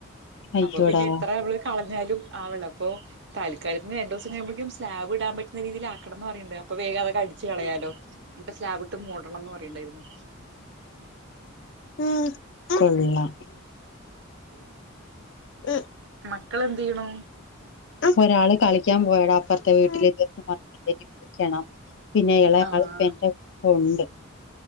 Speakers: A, on the left; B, on the right.
A: അയ്യോടാ
B: അപ്പൊ പിന്നെ എത്ര നമ്മള് കളഞ്ഞാലും ആ വെള്ളം അപ്പോ താൽക്കാൽത്തിന് രണ്ടൂസം കഴിയുമ്പക്കും സ്ലാബ് ഇടാംപറ്റുന്ന രീതിയിൽ ആക്കണംന്ന് പറയ്ണ്ട് അ ഇപ്പൊ വേഗം അതൊക്കെ അടിച്ച് കളയാലോ അൽപം സ്ലാവിട്ട് മൂടണംന്ന് പറയ്ണ്ടായിരുന്നു
A: ഉം പിന്നെ ഉം
B: മക്കളെന്തിയ്യുണു
A: ഒരാള് കളിക്കാൻ പോയടാ അപ്പർത്തെ വീട്ടിലേക്ക് <unintelligible> വന്നില്ലേ വിളിണോ പിന്നെ ഇളയ
B: ആഹ്
A: ആൾക്കെ എന്റെ ഉണ്ട് <unintelligible>